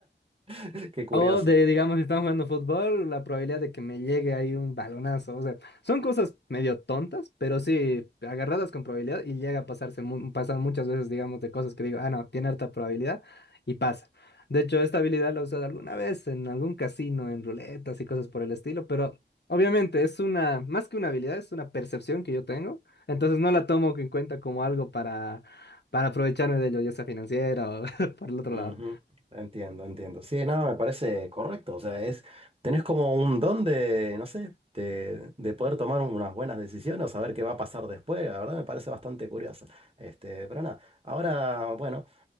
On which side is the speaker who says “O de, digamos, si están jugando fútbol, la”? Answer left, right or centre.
Left